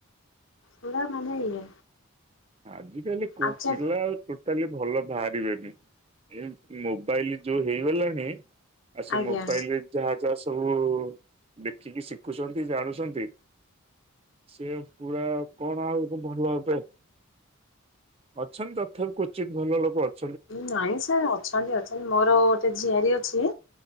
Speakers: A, on the left (about 60°); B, on the right (about 25°).
A: ପୁରା ମାନେ ଇଏ।
B: ଆଜିକାଲି କୋ
A: ଆଚାର
B: ପିଲା ଟୋଟାଲି ଭଲ ବାହାରିବେନି ଏମୋବାଇଲ ଯୋଉ ହେଇଗଲାଣି ଆଉ ସେମୋବାଇଲରେ
A: ଆଜ୍ଞା
B: ଯାହା ଯାହା ସବୁ ଦେଖିକି ଶିଖୁଛନ୍ତି ଜାଣୁଛନ୍ତି ସିଏ ପୁରା କଣ ଆଉ ଭଲ ହେବେ ଅଛନ୍ତି ତଥାପି କ୍ଵଚିତ୍ ଭଲ ଲୋକ ଅ
A: ନାଇଁ ସାର୍ ଅଛନ୍ତି ଅଛନ୍ତି ମୋର ଗୋଟେ ଝିଆରୀ ଅଛି